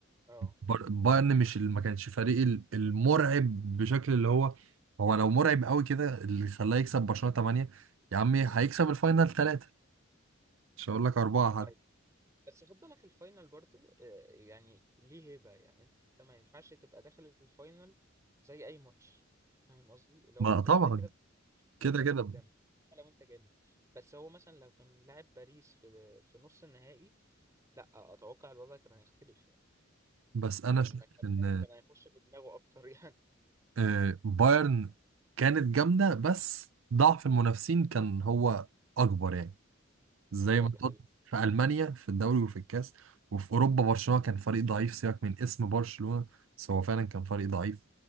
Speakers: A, on the right; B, on the right.
A: اه
B: بر- بايرن مش ال- ما كانش فريق ال- المرعب بشكل اللي هو هو لو مرعب قوي كده اللي خلاه يكسب برشلونة 8 يا عمي هيكسب الفاينل 3 مش هقول لك 4 حتى
A: أيوة. بس خد بالك الفاينل برضو آه، يعني ليه هيبة يعني انت ما ينفعش تبقى داخل الفاينل زي اي ماتش فاهم قصدي لو
B: ما
A: انت
B: طبعا
A: كده كده بتكسب
B: كده
A: للي
B: كده
A: قدامك حتى لو انت جامد بس هو مثلا لو كان لاعب باريس في في نص النهائي لا اتوقع الوضع كان هيختلف يعني
B: بس انا
A: كان
B: شايف
A: كان
B: ان
A: هي- كان هيخش بدماغه اكتر <laughs> يعني
B: آه، بايرن كانت جامدة بس ضعف المنافسين كان هو اكبر يعني زي
A: اه
B: ما اتحط
A: دي حقيقة
B: في المانيا في الدوري وفي الكاس وفي اوروبا برشلونه كان فريق ضعيف سيبك من اسم برشلونه بس هو فعلا كان فريق ضعيف